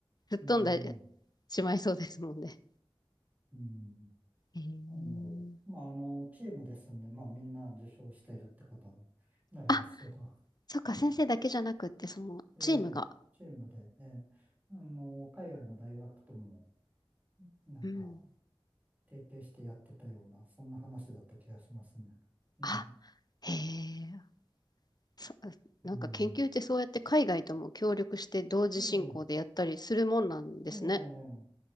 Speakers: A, on the left; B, on the right.
A: っ飛んで
B: うん、
A: しまいそうですもんね。
B: うん。
A: へー
B: あの、まあ、あの、チームですんで、まあ、みんな受賞しているってことになりますけど。
A: あ、そっか、先生だけじゃなくって、そのチームが。
B: ええ、チームで、ええ、あの、海外の大学とも、なんか、
A: うん。
B: 提携してやってたような、そんな話だった気がしますね。ねえ。
A: あ、へえ、さなんか研究ってそうやって海外とも協力して同時進行でやったりするもんなんですね。
B: うん、うん。ええ、ええ、